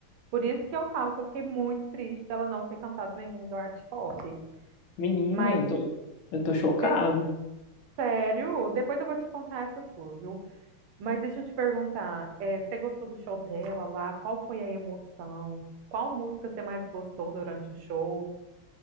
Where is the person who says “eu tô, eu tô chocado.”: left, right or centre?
Left